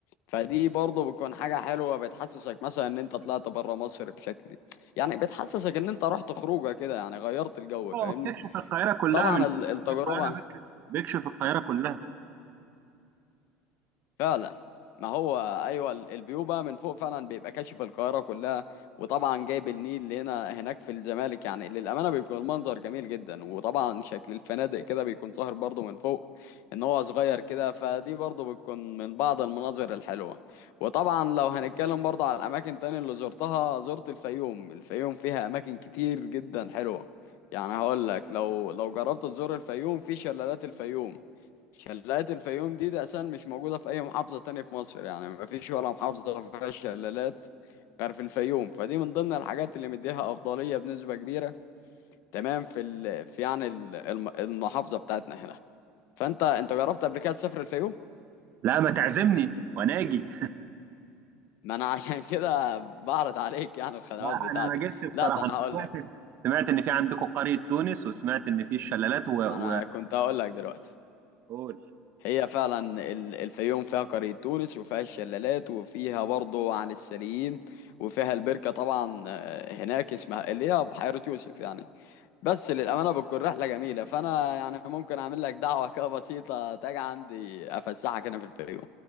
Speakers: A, on the left (about 65°); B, on the right (about 45°).
A: فدي برضه بتكون حاجة حلوة بتحسسك مثلا ان انت طلعت بره مصر بشكل يعني بتحسسك ان انت رحت خروجه كده يعني غيرت الجو
B: اه،
A: فاهمني
B: بتكشف القاهره كلها
A: طبعا
B: من
A: ال-
B: فوق.
A: التجربة
B: بتكشف القاهره بتكشف بيكشف القاهرة كلها
A: فعلا ما هو ايوه ال- الفيو بقى من فوق فعلا بيبقى كاشف القاهره كلها وطبعا جايب النيل اللي هنا هناك في الزمالك يعني للامانه بيكون المنظر جميل جدا وطبعا شكل الفنادق كده بيكون ظاهر برضه من فوق ان هو صغير كده فدي برضه بتكون من بعض المناظر الحلوه وطبعا لو هنتكلم برضه على الاماكن تاني اللي زرتها زرت الفيوم الفيوم فيها اماكن كتير جدا حلوه يعني هقول لك لو لو جربت تزور الفيوم في شلالات الفيوم شلالات الفيوم دي ده أساسا مش موجودة في أي محافظة تانية في مصر يعني مفيش ولا محافظة فيها شلالات غير في الفيوم فدي من ضمن الحاجات اللي مديها أفضلية بنسبة كبيرة تمام في ال... في يعني ال- الم- المحافظة بتاعتنا هنا فأنت أنت جربت قبل كده تسافر الفيوم؟
B: لا ما تعزمني وانا اجي
A: ما أنا <laughs> عشان كده بعرض عليك يعني الخدمات
B: لا
A: بتاعتي
B: انا ما جيتش بصراحه
A: لا ده أنا
B: انا
A: هقول
B: سمعت
A: لك
B: سمعت ان في عندكم قريه تونس وسمعت ان في الشلالات و...
A: ما أنا
B: و...
A: كنت هقول لك دلوقتي
B: قول
A: هي فعلا ال- الفيوم فيها قرية تونس وفيها الشلالات وفيها برضه عن السليين وفيها البركة طبعا آه، هناك اسمها اللي هي بحيرة يوسف يعني بس للأمانة بتكون رحلة جميلة فأنا يعني ممكن أعمل لك دعوة كده بسيطة تاجي عندي أفسحك هنا في الفيوم